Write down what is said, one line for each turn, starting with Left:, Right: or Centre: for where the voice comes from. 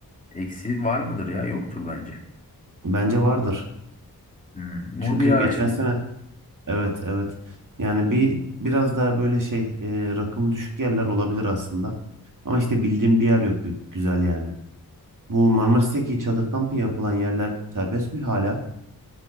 Left: Eksiği var mıdır ya? Yoktur bence.
Right: Bence vardır.
Left: Hmm,
Right: Çünkü
Left: Bunu bir araştırma.
Right: geçen sene evet evet. Yani bir biraz daha böyle şey e, rakımı düşük yerler olabilir aslında. Ama işte bildiğim bir yer yok gü- güzel yani. Bu Marmaris'teki çadır kampı yapılan yerler serbest mi hala?